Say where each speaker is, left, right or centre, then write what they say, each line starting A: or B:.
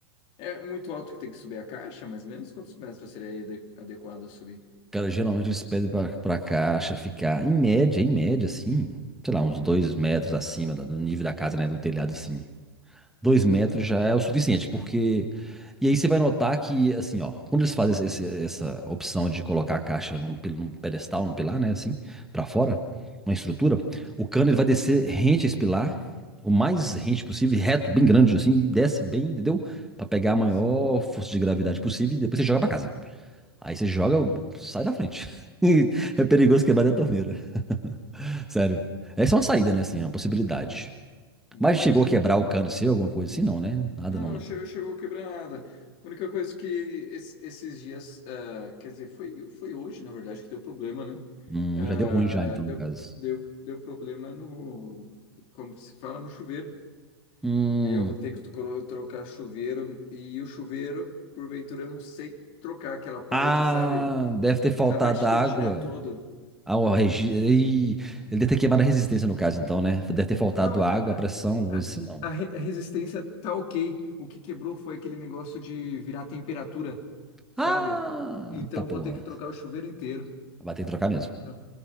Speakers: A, on the left (about 45°); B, in the centre.
A: É muito alto que tem que subir a caixa, mais ou menos quantos metros seria ade- adequado subir?
B: Cara, geralmente eles pedem pra, pra caixa ficar, em média, em média, assim, sei lá, uns
A: Hum.
B: 2 metros acima da- do nível da casa, né? Do telhado, assim. Dois
A: Ah,
B: metros já é o suficiente, porque. E aí você vai notar que, assim, ó, quando eles fazem esse- essa opção de colocar a caixa num, pil- num pedestal, num pilar, né, assim, pra fora,
A: uhum,
B: uma estrutura, o cano ele vai descer rente a esse pilar, o mais rente possível, reto, bem grande, assim, e desce bem, entendeu? Pra pegar a maior
A: sim.
B: força de gravidade possível e depois você joga pra casa. Aí você joga, sai da frente. <laughs> É perigoso quebrar
A: Ah,
B: da torneira. <laughs> Sério. Essa é uma saída, né, assim, uma possibilidade.
A: ah,
B: Mas chegou a quebrar o cano seu, alguma coisa assim? Não, né? Nada
A: Não,
B: não,
A: não,
B: né?
A: chegou, chegou a quebrar nada. A única coisa que es- esses dias, ah, quer dizer, foi, foi hoje, na verdade, que deu problema, né?
B: Hum,
A: Ah,
B: já deu ruim já, então,
A: deu,
B: no caso.
A: deu, deu problema no, como que se fala, no chuveiro.
B: Hum.
A: E eu vou ter que tro- trocar chuveiro, e o chuveiro, porventura, eu não sei trocar aquela parte,
B: Ah,
A: sabe?
B: deve ter faltado
A: Aquela parte que
B: água.
A: tem que tirar todo.
B: Ah, o regi... Ih, Ele deve ter queimado a resistência, no caso, então, né? Deve ter faltado
A: Não, A,
B: água, a pressão, alguma coisa assim, não.
A: a re- a resistência tá ok. O que quebrou foi aquele negócio de virar temperatura, sabe?
B: Ah,
A: Então
B: tá porra.
A: vou ter que trocar o chuveiro inteiro.
B: Vai ter que trocar
A: Comprar.
B: mesmo.